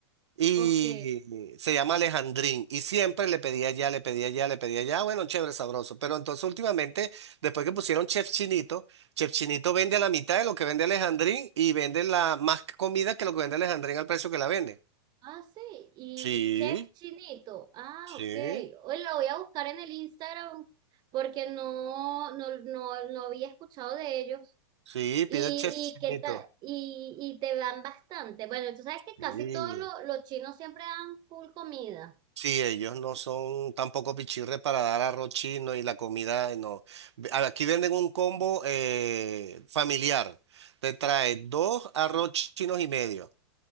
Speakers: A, on the right (about 85°); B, on the right (about 30°).
A: Y
B: Ok.
A: se llama Alejandrín. Y siempre le pedía ya, le pedía ya, le pedía ya. Bueno, chévere, sabroso. Pero entonces últimamente, después que pusieron Chef Chinito, Chef Chinito vende a la mitad de lo que vende Alejandrín y vende la más comida que lo que vende Alejandrín al precio que la vende.
B: Ah, sí. Y
A: Sí,
B: Chef Chinito. Ah,
A: sí,
B: ok. Hoy lo voy a buscar en el Instagram porque no, no, no, no había escuchado de ellos.
A: sí,
B: Y,
A: pide Chef Chinito.
B: y, que ta- y, y te dan bastante. Bueno, tú sabes que
A: Sí.
B: casi todos lo- los chinos siempre dan full comida.
A: Sí, ellos no son tampoco pichirres para dar arroz chino y la comida, eh, no. Ve- Aquí venden un combo eh, familiar. Te trae dos arroz chinos y medio.